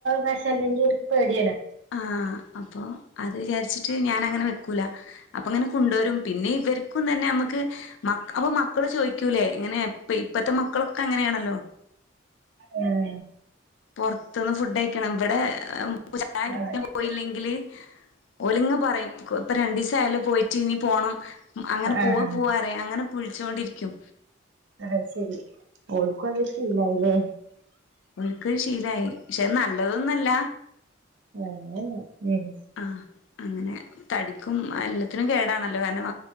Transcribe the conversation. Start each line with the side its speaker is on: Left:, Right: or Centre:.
Right: വശം അല്ലെങ്കിൽ നമുക്ക് പേടിയണ്.
Left: ആ അപ്പോൾ അത് വിചാരിച്ചിട്ട് ഞാൻങ്ങനെ വെക്കുല. അപ്പങ്ങനെ കൊണ്ടുവരും പിന്നെ ഇവർ ും തന്നെ നമുക്ക് അപ്പൊ മക്കള് ചോയ്ക്കൂലേ എങ്ങനെ ഇപ്പത്തെ മക്കളൊക്കെ അങ്ങനെയാണല്ലോ
Right: ഉം
Left: പുറത്തുന്ന് ഫുഡ് അയക്കണം ഇവിടെൻരിക്ക
Right: ആഹ്
Left: <unintelligible> പോയില്ലെങ്കില് ഓലിങ്ങ പറയും ഇപ്പൊ രണ്ടീസം ആയാലും പോയിട്ട് ഇനി പോണം അങ്ങനെ പോവാ
Right: ആഹ്
Left: പോവാ അങ്ങനെ വിളിച്ചൊണ്ടിരിക്കും
Right: ആഹ് ശരി ഓല്ക്കും അതൊരു ശീലായിലേ
Left: ഓല്ക്കത് ശീലമായി പക്ഷെ നല്ലതൊന്നല്ല
Right: അല്ല <unintelligible>
Left: ആഹ് അങ്ങനെ തടിക്കും എല്ലാത്തിനും കേടാണല്ലോ കാരണം